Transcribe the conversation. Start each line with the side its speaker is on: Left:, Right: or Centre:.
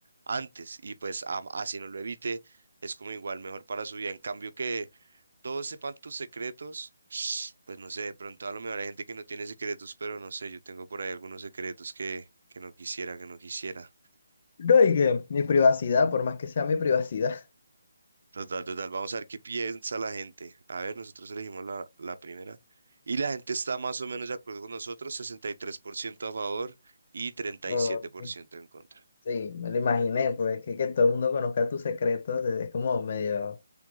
Right: antes. Y pues a- así no lo evite, es como igual mejor para su vida. En cambio, que todos sepan tus secretos, <sniffs> pues no sé, de pronto a lo mejor hay gente que no tiene secretos, pero no sé, yo tengo por ahí algunos secretos que, que no quisiera, que no quisiera.
Left: No, y que mi privacidad, por más que sea mi privacidad. <laughs>
Right: Total, total. Vamos a ver qué piensa la gente. A ver, nosotros elegimos la, la primera. Y la gente está más o menos de acuerdo con nosotros, 63% a favor y treinta
Left: Ok.
Right: y siete por ciento en contra.
Left: Sí, me lo imaginé, pues que, que todo el mundo conozca tus secretos, es es como medio,